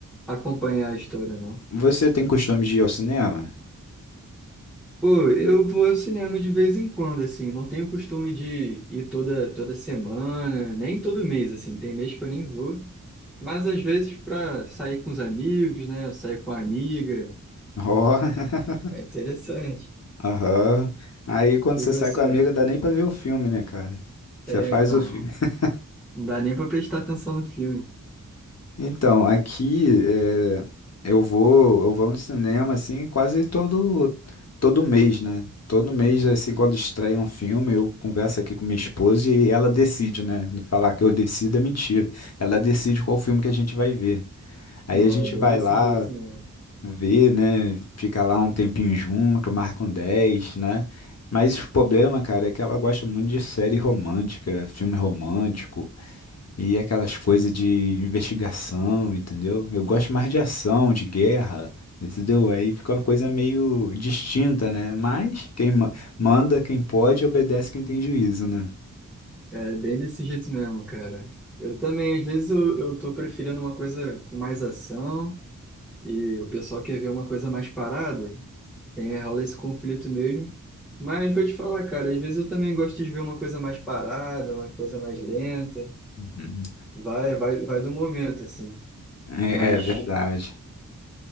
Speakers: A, in the centre; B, on the left.
A: acompanhar a história, não.
B: Você tem costume de ir ao cinema?
A: Pô, eu vou ao cinema de vez em quando, assim, não tenho costume de ir toda, toda semana, nem todo mês, assim, tem mês que eu nem vou. Mas às vezes para sair com os amigos, né? Sair com a amiga,
B: Ó, <laughs>
A: é interessante.
B: aham. Aí quando
A: E
B: você
A: você?
B: sai com a amiga, dá nem pra ver o filme, né, cara? Você
A: É,
B: faz
A: então,
B: o filme. <laughs>
A: não dá nem para prestar atenção no filme.
B: Então, aqui é, eu vou, eu vou no cinema assim quase todo todo mês, né? Todo mês assim quando estreia um filme, eu converso aqui com minha esposa e ela decide, né? Falar que eu decido é mentira. Ela decide qual filme que a gente vai ver. Aí
A: Não,
B: a gente
A: é bem
B: vai
A: desse
B: lá
A: jeito mesmo.
B: ver, né? Fica lá um tempinho junto, marca um 10, né? Mas o problema, cara, é que ela gosta muito de série romântica, filme romântico e aquelas coisas de investigação, entendeu? Eu gosto mais de ação, de guerra, entendeu? Aí fica uma coisa meio distinta, né? Mas quem ma- manda, quem pode, obedece quem tem juízo, né?
A: É bem desse jeito mesmo, cara. Eu também, às vezes, eu, eu tô preferindo uma coisa com mais ação e o pessoal quer ver uma coisa mais parada. Tem, rola esse conflito mesmo. Mas vou te falar, cara, às vezes eu também gosto de ver uma coisa mais parada, uma coisa mais lenta.
B: Uhum.
A: Vai, vai, vai do momento, assim.
B: É,
A: Mas,
B: é verdade.